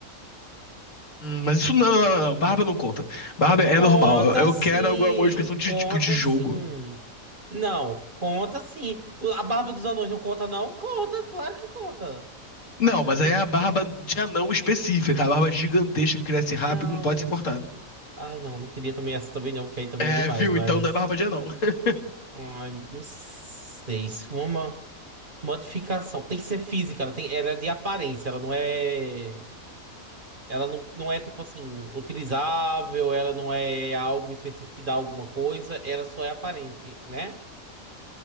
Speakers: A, on the left; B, on the right.
A: hum, mas isso não, não, não, não, barba não conta. Barba é
B: Conta
A: normal, eu, eu
B: sim,
A: quero alguma modificação de
B: conta
A: tipo de jogo,
B: sim. Não, conta sim. A barba dos anões não conta, não? Conta, claro que conta.
A: Não, mas
B: Não
A: aí
B: queria...
A: é a barba de anão específica, a barba gigantesca que cresce rápido
B: Não,
A: e não pode
B: não.
A: ser cortada.
B: Ai, não, não queria também essa também não, que aí também
A: É,
B: é demais,
A: viu?
B: mas.
A: Então não é barba de anão. <laughs>
B: Ai, não sei se uma. Modificação. Tem que ser física, ela tem, ela é de aparência, ela não é. Ela não, não é tipo assim, utilizável, ela não é algo específico que dá alguma coisa, ela só é aparente, né?